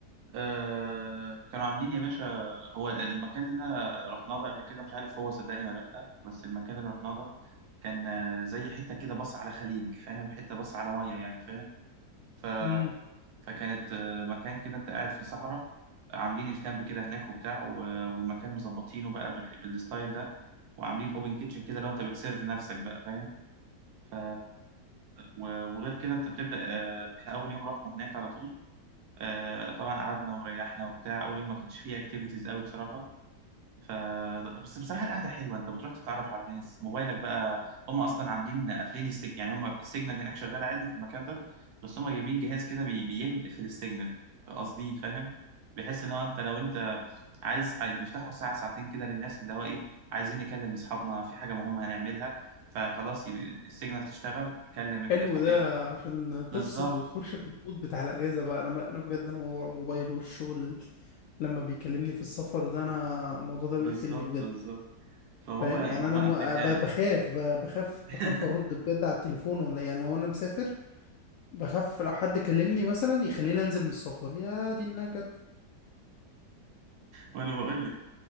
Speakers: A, on the right; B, on the left.
A: أه كانوا عاملين يا باشا هو المكان اللي أنا رحناه ده قبل كده مش عارف هو صدقني ولا لا بس المكان اللي رحناه ده كان آه، زي حته كده بص على خليج فاهم حته بص على ميه يعني فاهم ف
B: امم
A: فكانت آه، مكان كده انت قاعد في صحراء عاملين الكامب كده هناك وبتاع و- والمكان مظبطينه بقى بالح- بالستايل ده وعاملين اوبن كيتشن كده لو انت بتسيرف نفسك بقى فاهم ف و- وغير كده انت بتبدأ آه، احنا اول يوم رحنا هناك على طول آه، طبعا قعدنا وريحنا وبتاع اول يوم ما كانش فيه اكتيفيتيز قوي بصراحة ف بس بصراحه القعده حلوه انت بتروح تتعرف على ناس موبايلك بقى هم اصلا عاملين قافلين السجن يعني هم السيجنال هناك شغال عادي في المكان ده بس هم جايبين جهاز كده بي... بيقفل السيجنال قاصدين فاهم بحيث ان هو انت لو انت عايز عاي- بيفتحوا ساعه ساعتين كده للناس اللي هو ايه عايزين نكلم اصحابنا في حاجه مهمه هنعملها فخلاص يبقى السيجنال تشتغل كلم اف-
B: حلو
A: افتح
B: ده
A: نت
B: عشان
A: بالظبط
B: تفصل وتخش في المود بتاع الاجازة بقى انا بقى انا بجد انا موضوع الموبايل والشغل لما بيكلمني في السفر ده انا الموضوع ده
A: بالظبط
B: بيقفلني بجد
A: بالظبط فهو
B: فاهم
A: هم
B: يعني انا
A: قافلينها
B: م... ب-
A: لك
B: بخاف ب- بخاف
A: <laughs>
B: بخاف ارد بجد على التليفون ولا يعني لو انا مسافر بخاف لو حد كلمني مثلا يخليني انزل من السفر يا دي النكد
A: وانا بقول لك